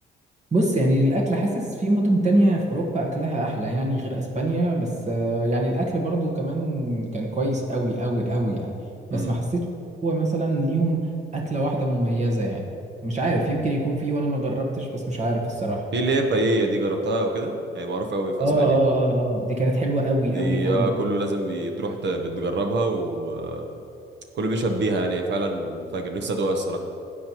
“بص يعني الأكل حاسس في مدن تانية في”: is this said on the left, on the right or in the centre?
Right